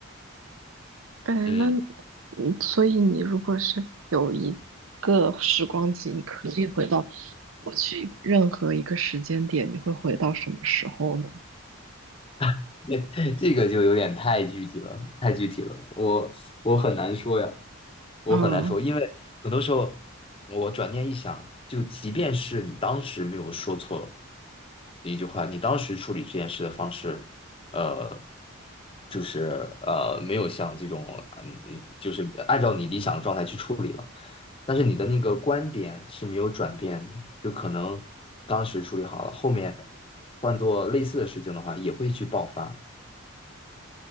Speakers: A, on the right (about 70°); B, on the left (about 25°).
A: 哎，
B: 嗯
A: 那你嗯，所以你如果是有一个时光机，你可以回到过去任何一个时间点，你会回到什么时候呢？
B: <laughs> 那这个就有点太具体了，太具体了，我我很难说呀，我很难说，
A: 嗯
B: 因为很多时候我转念一想，就即便是你当时没有说错一句话，你当时处理这件事的方式，呃，就是呃没有像这种嗯嗯，就是按照你理想的状态去处理了，但是你的那个观点是没有转变的，就可能当时处理好了，后面换做类似的事情的话，也会去爆发。